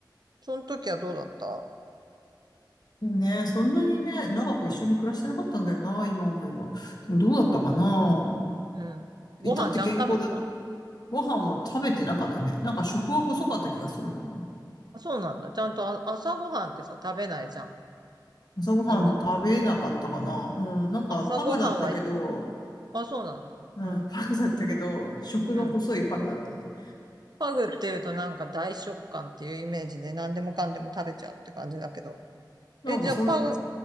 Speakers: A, on the right; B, on the left.
A: その時はどうだった
B: でもね、そんなにね、長く一緒に暮らしてなかったんだよな、今思えば。でもどうだったかな。
A: うん。ご飯ちゃんと食べてた
B: いたって健康だ。ご飯は食べてなかったね。なんか食は細かった気がするな。
A: あ、そうなんだ。ちゃんとあ朝ごはんってさ、食べないじゃん。
B: 朝ごはん食べなかったかな。
A: 犬。
B: うん、なんかパグだったけど、
A: 朝ごはんは、あ、そうなんだ。
B: うん、
A: うん。
B: パグだったけど、食の細いパグだったね。
A: うん。パグっていうとなんか大食感っていうイメージで何でもかんでも食べちゃうって感じだけど。
B: なんかそん、
A: え、じゃあパグ、